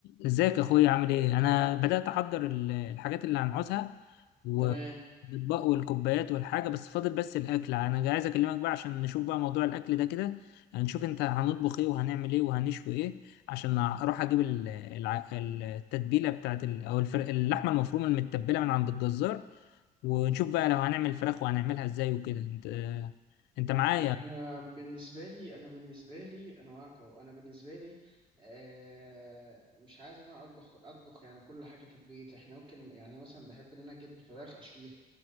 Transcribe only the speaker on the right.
تمام
انا بالنسبه لي انا بالنسبه لي انا معاك اهو انا بالنسبه لي آه مش عايز ان انا اطبخ اطبخ يعني كل حاجه في البيت احنا ممكن يعني انا مثلا بحب ان انا اجيب الفراخ اشويها